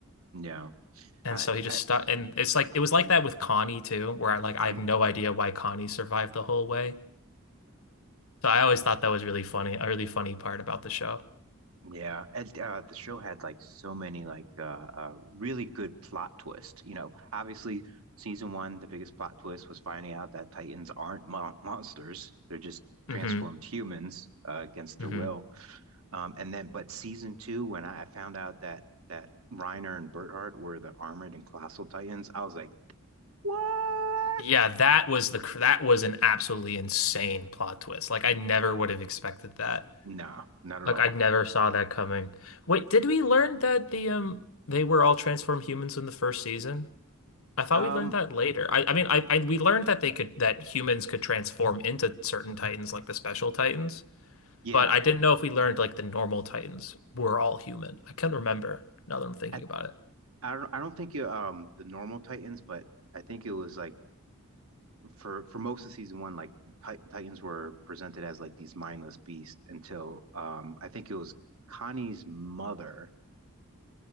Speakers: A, on the right; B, on the left.
A: yeah.
B: And
A: I,
B: so he just
A: I,
B: stuck, and it's like it was like that with Connie too, where I like I have
A: mm.
B: no idea why Connie survived the whole way. So I always thought that was really funny, a really funny part about the show.
A: Yeah, and uh, the show had like so many like uh, uh really good plot twists. You know, obviously season one, the biggest plot twist was finding out that Titans aren't mon monsters; they're just
B: hmm
A: transformed humans uh, against
B: hmm
A: their will. Um, and then, but season two, when I, I found out that that Reiner and Berthart were the armored and colossal Titans, I was like, what?
B: Yeah, that was the that was an absolutely insane plot twist. Like I never would have expected that.
A: No, not at
B: Like
A: all.
B: I never saw that coming. Wait, did we learn that the um they were all transformed humans in the first season? I thought
A: Um,
B: we learned that later. I I mean I, I we learned that they could that humans could transform into certain titans like the special titans.
A: yeah,
B: But I didn't know if we learned like the normal Titans were all human. I can not remember now that I'm thinking
A: I
B: about it.
A: I don't I don't think um the normal Titans, but I think it was like. for for most of season one, like Ti- Titans were presented as like these mindless beasts until um I think it was Connie's mother.